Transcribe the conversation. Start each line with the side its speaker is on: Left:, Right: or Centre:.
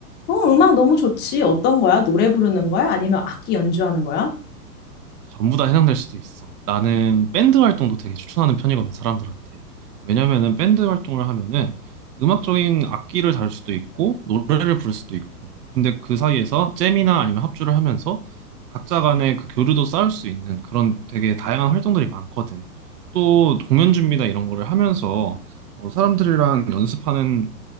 Left: 어, 음악 너무 좋지. 어떤 거야? 노래 부르는 거야? 아니면 악기 연주하는 거야?
Right: 전부 다 해당될 수도 있어. 나는 밴드 활동도 되게 추천하는 편이거든, 사람들한테. 왜냐면은 밴드 활동을 하면은 음악적인 악기를 다룰 수도 있고, 노래를 부를 수도 있고. 근데 그 사이에서 잼이나 아니면 합주를 하면서 각자 간의 그 교류도 쌓을 수 있는 그런 되게 다양한 활동들이 많거든. 또 공연 준비나 이런 거를 하면서 어, 사람들이랑 연습하는